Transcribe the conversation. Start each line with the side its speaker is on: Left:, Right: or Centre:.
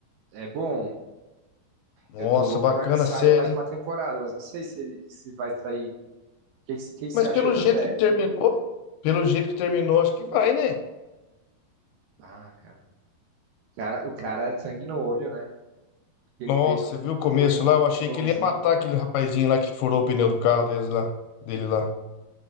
Right: É bom.
Left: Nossa,
Right: Eu tô louco
Left: bacana
Right: pra que saia
Left: a série,
Right: mais uma
Left: hein?
Right: temporada, mas não sei se, se vai sair. O que, que, que você
Left: Mas
Right: achou
Left: pelo
Right: da
Left: jeito
Right: série?
Left: que terminou, pelo jeito que terminou, acho que vai, né?
Right: Ah, cara. Cara, o cara é sangue no olho, né? O que
Left: Nossa,
Right: ele fez com,
Left: você viu o começo
Right: com, o irm-
Left: lá? Eu
Right: com
Left: achei
Right: o irmãozinho.
Left: que ele ia matar aquele rapazinho lá que furou o pneu do carro deles lá, dele lá.